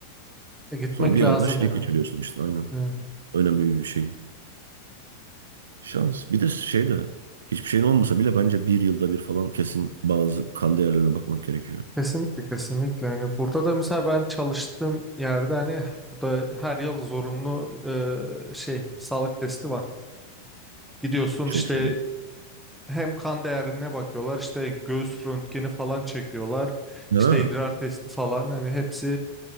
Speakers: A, in the centre; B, on the right.
A: E, gitmek
B: Sonra bir
A: lazım
B: anda şeyi
A: yani.
B: kaçırıyorsun işte aynen.
A: Evet.
B: Önemli bir şey. Şans. Bir de şey de hiçbir şeyin olmasa bile bence bir yılda bir falan kesin bazı kan değerlerine bakmak gerekiyor.
A: Kesinlikle kesinlikle. Hani burada da mesela ben çalıştığım yerde hani burada her yıl zorunlu e, şey sağlık testi var. Gidiyorsun
B: Çok
A: işte
B: iyi.
A: hem kan değerine bakıyorlar işte göğüs röntgeni falan çekiyorlar.
B: Ha,
A: İşte idrar testi falan hani hepsi